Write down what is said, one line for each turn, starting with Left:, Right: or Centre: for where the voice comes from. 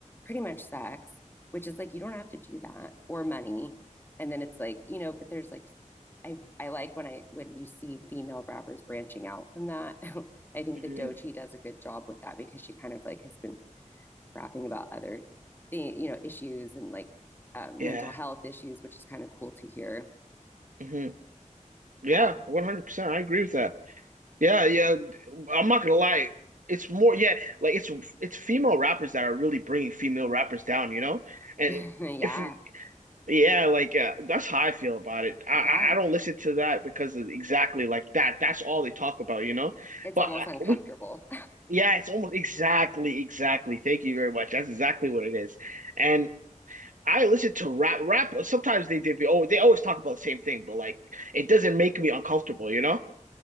Left: pretty much sex which is like you don't have to do that or money and then it's like you know but there's like i i like when i when you see female rappers branching out from that <laughs> I think
Right: hmm
Left: that Dochi does a good job with that because she kind of like has been rapping about other thing, you know issues and like uh, mental
Right: Yeah.
Left: health issues, which is kind of cool to hear.
Right: hmm Yeah,
Left: Yeah,
Right: 100%. I agree with that. Yeah, yeah. I'm not gonna lie. It's more yeah, like it's it's female rappers that are really bringing female rappers down, you know? And
Left: <laughs> yeah,
Right: if Yeah, like uh, that's how I feel about it. I I
Left: yeah.
Right: I don't listen to that because of exactly like that. That's all they talk about, you know.
Left: It's
Right: But
Left: almost
Right: I,
Left: uncomfortable.
Right: we, yeah, it's almost exactly, exactly. Thank you very much. That's exactly what it is. And I listen to rap. Rap. Sometimes they did. Oh, they always talk about the same thing, but like it doesn't make me uncomfortable, you know.